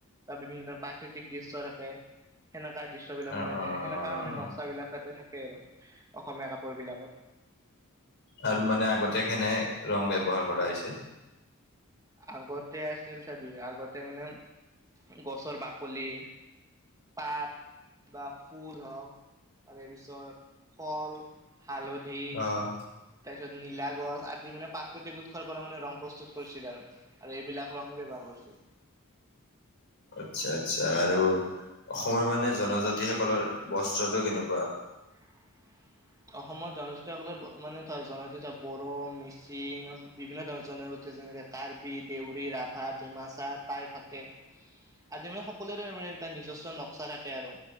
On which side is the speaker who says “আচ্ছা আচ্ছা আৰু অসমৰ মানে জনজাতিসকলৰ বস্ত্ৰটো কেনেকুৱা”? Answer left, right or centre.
Left